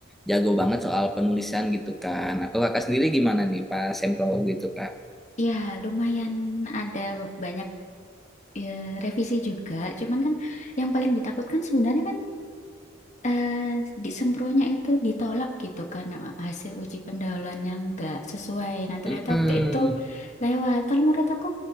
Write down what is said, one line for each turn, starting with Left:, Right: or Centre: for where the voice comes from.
Centre: jago banget soal penulisan gitu kan. Aku kakak sendiri gimana nih pas sempro gitu kak?
Left: Ya, lumayan ada be- banyak eh, revisi juga. Cuman kan yang paling ditakutkan sebenarnya kan eh, disempronnya itu ditolak gitu karena hasil uji pendahuluan yang nggak sesuai. Nah, ternyata
Centre: Mm-mm.
Left: waktu itu lewat. Kalau menurut aku